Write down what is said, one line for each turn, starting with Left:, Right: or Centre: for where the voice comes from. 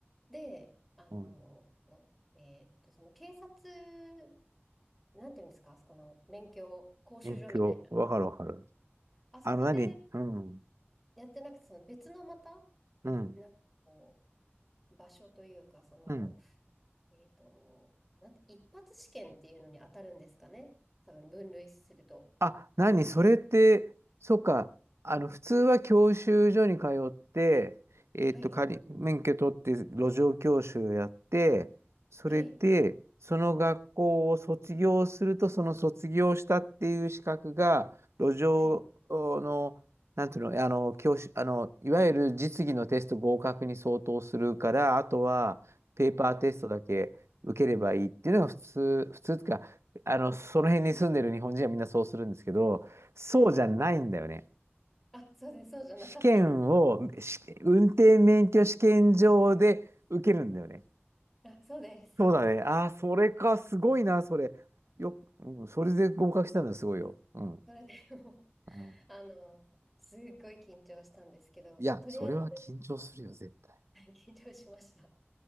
Centre: で、あの、
Right: うん。
Centre: えーっと、その警察、なんていうんですか、あそこの免許講習所みたいな。
Right: 勉強。わかるわかる。
Centre: あそこで
Right: あの、何うん。
Centre: やってなくて、その別のまた、
Right: うん。
Centre: なんかこう、場所というか、その、
Right: うん。
Centre: えっと、なんて一発試験っていうのに当たるんですかね。多分分類すると。
Right: あ、何それって、そっか、あの、普通は教習所に通って、えっと、
Centre: はい、
Right: 仮、免許取って路上教習やって、それで、
Centre: はい、
Right: その学校を卒業すると、その卒業したっていう資格が、路上の、
Centre: はい、
Right: なんていうの、あの、教習、あの、いわゆる実技のテスト合格に相当するから、あとは、ペーパーテストだけ受ければいいっていうのが普通、
Centre: うん、
Right: 普通ってかあの、その辺に住んでる日本人はみんなそうするんですけど、そうじゃないんだよね。
Centre: はい。あ、そうです、そうじゃなかったんです。
Right: 試験を、し運転免許試験場で受けるんだよね。
Centre: あ、そうです。
Right: そうだね。ああ、それか、
Centre: はい
Right: すごいな、それ。よ、うん、それで合格したのはすごいよ。うん。
Centre: それでもう、
Right: うん。
Centre: <laughs> あの、すっごい緊張したんですけど、
Right: いや、
Centre: まあ、とりあえず、
Right: それは緊張するよ、絶対。
Centre: はい緊張しました。